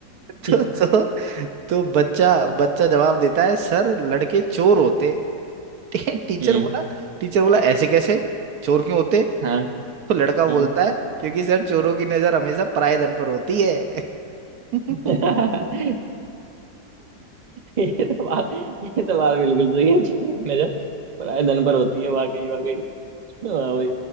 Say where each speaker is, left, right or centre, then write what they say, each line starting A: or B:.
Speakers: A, on the right (about 70°); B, on the right (about 45°).
A: <laughs> तो
B: हम्म
A: तो,
B: <laughs>
A: तो बच्चा बच्चा जवाब देता है सर लड़के चोर होते टी- टीचर
B: हम्म
A: बोला टीचर बोला ऐसे कैसे चोर क्यों होते
B: हाँ
A: तो लड़का बोलता
B: हम्म
A: है क्योंकि सर चोरों की नजर हमेशा पराये धन पर होती है <laughs>
B: <laughs> ये तो बात ये तो बात बिल्कुल सही है छोटा नजर पराये धन पर होती है वाकई वाकई वाह भाई